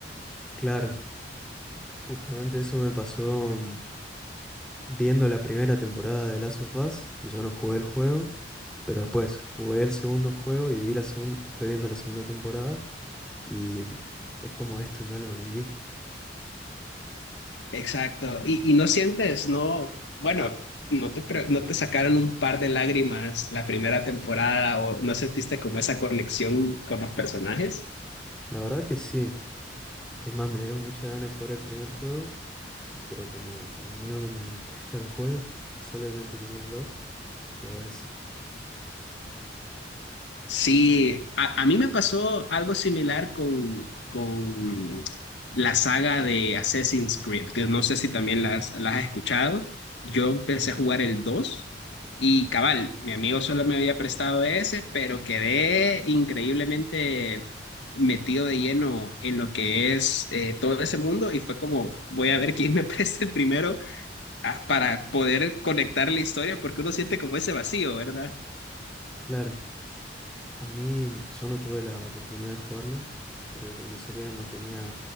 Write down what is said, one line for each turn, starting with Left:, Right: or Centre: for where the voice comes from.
Centre: Claro, justamente eso me pasó mm, viendo la primera temporada de Last of Us. Yo no jugué el juego, pero después jugué el segundo juego y vi la segunda, estoy viendo la segunda temporada. Y es como esto ya lo viví.
Left: Exacto, y, y no sientes, no, bueno, no te, pre- no te sacaron un par de lágrimas la primera temporada o no sentiste como esa conexión con los personajes.
Centre: La verdad que sí. Es más, me dio mucha ganas de jugar el primer juego, pero como mi amigo que me presta los juegos <laughs> solamente tenía el 2, jugué a ese.
Left: Sí, a, a mí me pasó algo similar con, con la saga de Assassin's Creed, que no sé si también las, las has escuchado. Yo empecé a jugar el 2 y cabal, mi amigo solo me había prestado ese, pero quedé increíblemente metido de lleno en lo que es eh, todo ese mundo y fue como, voy a ver quién me <laughs> presta el primero ah, para poder conectar la historia, porque uno siente como ese vacío, ¿verdad?
Centre: Claro, a mí yo no tuve la oportunidad de jugarlos, porque cuando salieron no tenía